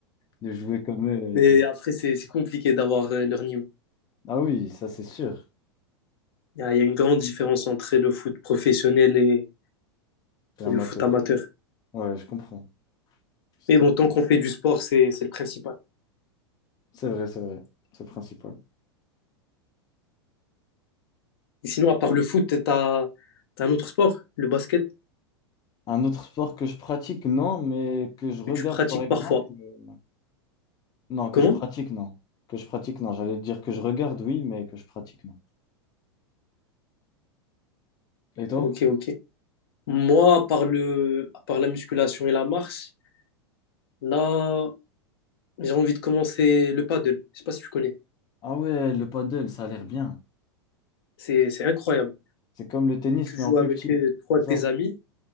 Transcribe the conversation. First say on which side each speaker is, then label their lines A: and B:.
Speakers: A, on the left (about 30°); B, on the left (about 65°).
A: de jouer comme eux et
B: Mais
A: tout.
B: après, c'est c'est compliqué d'avoir euh, leur niveau.
A: Ah oui, ça c'est sûr.
B: Il y a, il y a une grande différence entre le foot professionnel et,
A: T'es
B: et
A: amateur.
B: le foot amateur.
A: Ouais, je comprends. C'est
B: Mais bon,
A: totalement-
B: tant qu'on fait du sport, c'est c'est le principal.
A: c'est vrai, c'est vrai. C'est le principal.
B: Et sinon, à part le foot, t'as t'as un autre sport, le basket,
A: Un autre sport que je pratique, non, mais que je regarde
B: que tu pratiques
A: par exemple.
B: parfois.
A: euh, Non, que
B: Comment?
A: je pratique, non. Que je pratique, non. J'allais dire que je regarde, oui, mais que je pratique, non. Et toi?
B: Ok, ok. Moi, à part le, à part la musculation et la marche, là, j'ai envie de commencer le paddle. Je sais pas si tu connais.
A: Ah ouais, le paddle, ça a l'air bien.
B: C'est c'est incroyable.
A: C'est comme le tennis,
B: Tu
A: mais
B: joues
A: en plus
B: avec
A: petit.
B: euh, trois
A: C'est
B: de
A: ça?
B: tes amis.